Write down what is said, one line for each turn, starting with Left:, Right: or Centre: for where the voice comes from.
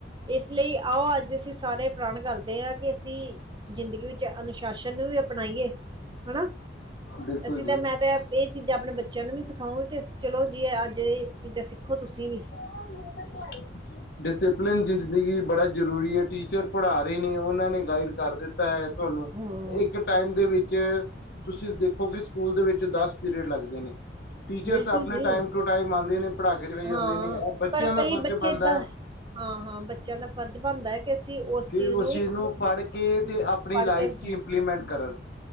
Right: ਇਸ ਲਈ ਆਓ ਅੱਜ ਅਸੀਂ ਸਾਰੇ ਪਰਨ ਕਰਦੇ ਆਂ ਕੇ ਅਸੀਂ ਜ਼ਿੰਦਗੀ ਵਿੱਚ ਅਨੁਸ਼ਾਸਨ ਨੂੰ ਵੀ ਅਪਨਾਈਏ ਹਨਾ।
Left: ਬਿਲਕੁਲ
Right: ਅਸੀਂ ਤਾਂ
Left: ਜੀ।
Right: ਮੈਂ ਤੇ ਐ ਏ ਚੀਜ਼ਾਂ ਆਪਨੇ ਬੱਚੇਆਂ ਨੂੰ ਵੀ ਸਿਖਾਊਂਗੀ ਕੇ ਚਲੋ ਜੀ ਅੱਜ ਏ ਚੀਜ਼ਾਂ ਸਿੱਖੋ ਤੁਸੀਂ ਵੀ।
Left: ਕੌਨ ਮੂੰ ਤੇ ਕਵਾਈ। ਡਿਸਪਲਿਨ ਜ਼ਿੰਦਗੀ ਬੜਾ ਜ਼ਰੂਰੀ ਐ ਟੀਚਰ ਪੜਾ ਰਏ ਨੇ ਓਨਾਂ ਨੇ ਗਾਈਡ ਕਰ ਦਿੱ ਤਾ ਐ ਤੁਆਨੂੰ।
Right: ਹਾਂ
Left: ਇੱਕ ਟਾਈਮ ਦੇ ਵਿੱਚ ਤੁਸੀ ਦੇਖੋਗੇ ਸਕੂਲ ਦੇ ਵਿੱਚ ਦਸ ਪੀਰੀਅਡ ਲੱਗਦੇ ਨੇ। ਟੀਚਰਸ
Right: ਬਿਲਕੁਲ
Left: ਆਪਣੇ
Right: ਜੀ
Left: ਟਾਈਮ ਟੂ ਟਾਈਮ ਆਂਦੇ ਨੇ ਪੜ੍ਹਾ ਕੇ ਚਲੇ ਜਾਂਦੇ
Right: ਹਾਂ
Left: ਨੇ
Right: ਪਰ
Left: ਬੱਚਿਆਂ ਦਾ
Right: ਕਈ
Left: ਫ਼ਰਜ
Right: ਬੱਚੇ
Left: ਬਨਦਾ
Right: ਏਦਾਂ ਹਾਂ ਹਾਂ ਬੱਚਿਆਂ ਦਾ ਫਰਜ਼ ਬਣਦਾ ਹੈ ਕਿ ਅਸੀਂ ਉਸ
Left: ਕਿ
Right: ਚੀਜ਼
Left: ਓਸ ਚੀਜ ਨੂੰ ਪੜ੍ਹ ਕੇ ਤੇ ਆਪਣੀ
Right: ਪੜ੍ਹ
Left: ਲਾਈਫ
Right: ਕੇ
Left: 'ਚ
Right: ਅੱਗੇ
Left: <unintelligible> ਕਰਨ,